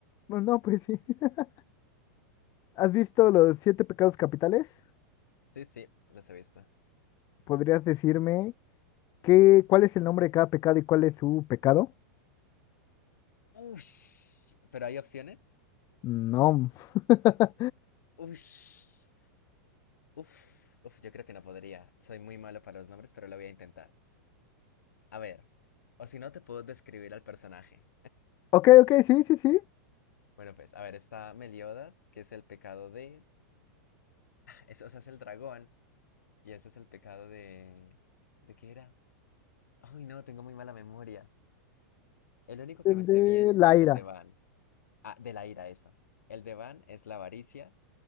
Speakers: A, on the left; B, on the left.
A: No, no, pues sí. <laughs> ¿Has visto los siete pecados capitales?
B: Sí, sí, los he visto.
A: ¿Podrías decirme qué, cuál es el nombre de cada pecado y cuál es su pecado?
B: Ush, ¿pero hay opciones?
A: No. <laughs>
B: Ush, uf, uf, yo creo que no podría. Soy muy malo para los nombres, pero lo voy a intentar. A ver, o si no te puedo describir al personaje.
A: Ok, ok, sí, sí, sí.
B: Bueno, pues, a ver, está Meliodas, que es el pecado de... Eso, o sea, es el dragón, y ese es el pecado de... ¿De qué era? Ay, no, tengo muy mala memoria. El único
A: El
B: que me sé
A: de
B: bien
A: la
B: es
A: ira.
B: el de Van. Ah, de la ira, eso. El de Van es la avaricia.